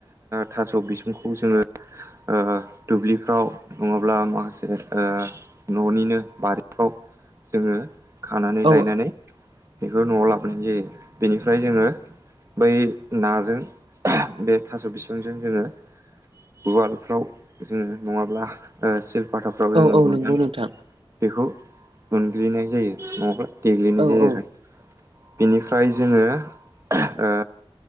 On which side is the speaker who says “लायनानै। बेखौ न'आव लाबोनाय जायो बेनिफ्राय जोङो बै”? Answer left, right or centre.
Right